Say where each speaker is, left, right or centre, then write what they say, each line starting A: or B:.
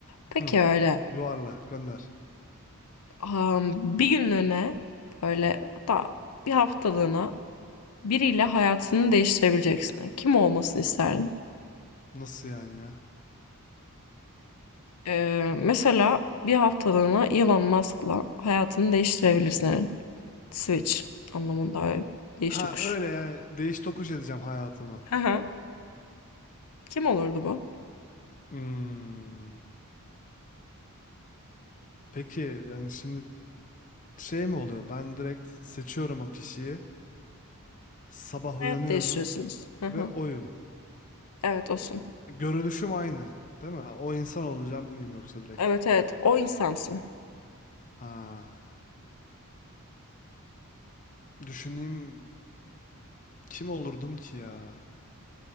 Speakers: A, on the left; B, on the left.
A: Peki
B: Hı.
A: öyle
B: Yuvarla gönder.
A: am, bir günlüğüne böyle hatta bir haftalığına biriyle hayatını değiştirebileceksin. Kim olmasını isterdin?
B: Nasıl yani ya?
A: Ee, mesela bir haftalığına Elon Musk'la hayatını değiştirebilirsin. Eren. Switch anlamında evet. değiş
B: Ha
A: tokuş.
B: öyle yani değiş tokuş edeceğim hayatımı.
A: Hı hı. Kim olurdu bu?
B: Hmm. Peki yani şimdi şey mi oluyor? Ben direkt seçiyorum o kişiyi. Sabah
A: Hayat
B: uyanıyorum
A: değiştiriyorsunuz. Hı hı.
B: ve oyum.
A: Evet olsun.
B: Görünüşüm aynı, değil mi? O insan olacağım mıyım yoksa direkt?
A: Evet evet o insansın.
B: Ha. Düşüneyim kim olurdum ki ya?